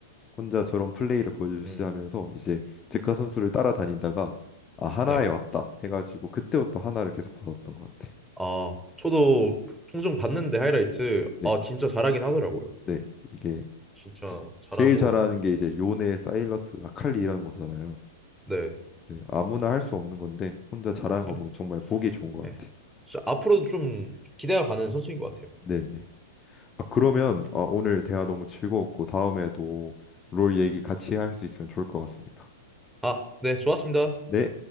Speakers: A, on the left; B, in the centre.
A: 혼자 저런 플레이를 보여주시하면서
B: 음,
A: 이제 제카 선수를 따라다니다가 아 하나에
B: 네.
A: 왔다 해가지고 그때부터 하나를 계속 받았던 것 같아요.
B: 아, 저도 종종 봤는데 하이라이트,
A: 네,
B: 아, 진짜 잘하긴 하더라고요.
A: 네 이게
B: 진짜
A: 제-
B: 잘하고,
A: 제일 잘하는 게 이제 요네, 사일러스, 아칼리 이라는 거잖아요.
B: 네,
A: 네, 아무나 할 수 없는 건데 혼자 잘하는
B: 네,
A: 거 보면 정말 보기 좋은 것
B: 네.
A: 같아요.
B: 진짜 앞으로도 좀 기대가 가는 선수인 것 같아요.
A: 네, 네. 아 그러면 아, 오늘 대화 너무 즐거웠고 다음에도 롤 얘기 같이 할 수 있으면 좋을 것 같습니다.
B: 아, 네, 좋았습니다.
A: 네.